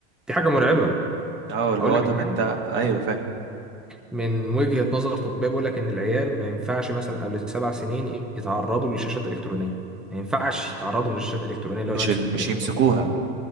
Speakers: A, in the centre; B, on the right.
A: دي حاجه مرعبه
B: اه اللي
A: اقول
B: هو
A: لك
B: طب
A: على حاجه
B: انت ايوه فاهم
A: من وجهه نظر طبيه بيقول لك ان العيال ما ينفعش مثلا قبل سبع سنين يتعرضوا للشاشات الالكترونيه ما ينفعش يتعرضوا للشاشات الالكترونيه لو
B: مش
A: يمسك
B: ال...
A: التليفون
B: مش يمسكوها